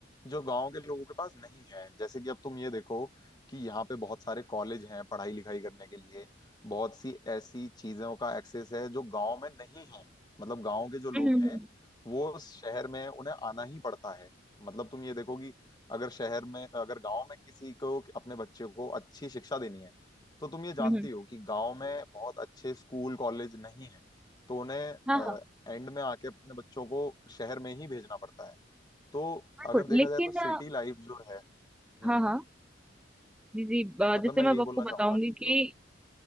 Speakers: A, on the left (about 20°); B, in the centre.
A: जो गांव के लोगों के पास नहीं है जैसे कि अब तुम ये देखो कि यहाँ पे बहुत सारे कॉलेज हैं पढ़ाई लिखाई करने के लिए बहुत सी ऐसी चीजों का एक्सेस है जो गांव में नहीं है मतलब गांव के जो लोग
B: हम्म हम्म
A: हैं
B: हम्म,
A: वो उस शहर में उन्हें आना ही पड़ता है मतलब तुम ये देखो कि अगर शहर में अगर गांव में किसी को अपने बच्चे को अच्छी शिक्षा देनी है तो तुम ये जानती
B: हम्म, हम्म,
A: हो कि गांव में बहुत अच्छे स्कूल कॉलेज नहीं है तो उन्हें
B: हाँ हाँ
A: एंड में आके अपने बच्चों को शहर में ही भेजना पड़ता है तो
B: बिल्कुल
A: अगर देखा
B: लेकिन
A: जाए तो सिटी
B: अ,
A: लाइफ जो है हम्म
B: हाँ
A: हम्म,
B: हाँ जी जी अ,
A: मतलब
B: जैसे
A: मैं
B: मैं
A: यही
B: अब आपको
A: बोलना
B: बताऊंगी
A: चाहूंगा कि
B: कि
A: जो